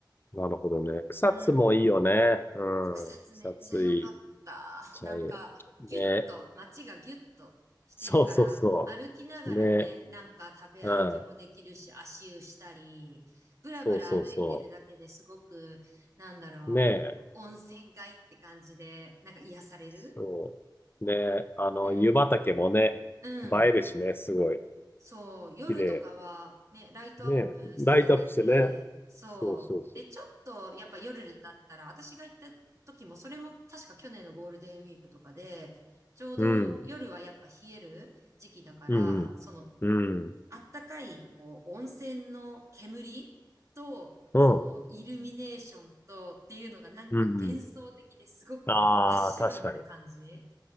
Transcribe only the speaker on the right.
うん。
草津めっちゃ良かった。
なんか、ギュッと、
街がギュッとしてるから、
歩きながらね、
なんか食べ歩きもできるし、
足湯したり、ぶらぶら歩いてるだけですごく、
なんだろう、
温泉街って感じで、なんか癒される
うん。
うん。
そう、夜とかはね、
ライトアップされてて、
そう。
で、ちょっとやっぱ夜だったら、私が行った時も、それも確か去年のゴールデンウィークとかで、ちょうど夜はやっぱ冷える時期だから、
その、
あったかい、こう、温泉の煙と、
その、イルミネーションとっていうのがなんか幻想的ですごくこう真っ白になる感じ。